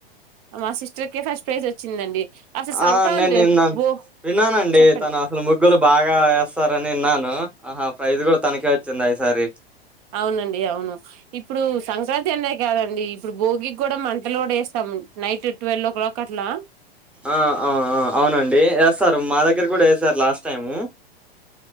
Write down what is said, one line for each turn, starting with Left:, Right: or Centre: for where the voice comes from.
Right: మా సిస్టర్ కే ఫస్ట్ ప్రైజ్ వచ్చిందండి అసలు సంక్రాంతి
Centre: ఆ నేను విన్నాను
Right: బో
Centre: విన్నానండి
Right: చెప్పండి
Centre: తను అసలు ముగ్గులు బాగా వేస్తారని విన్నాను ఆహా ప్రైజ్ కూడా తనఖే వచ్చింది ఈసారి
Right: అవునండి అవును ఇప్పుడు సంక్రాంతి అందరికీ కాదండి ఇప్పుడు భోగికి కూడా మంటలు కూడా వేస్తాం నైట్ ట్వెల్వ్ ఓ క్లాక్ అట్లా
Centre: ఆ అ అవునండి వస్తారు మా దగ్గర దగ్గర కూడా సార్ లాస్ట్ టైము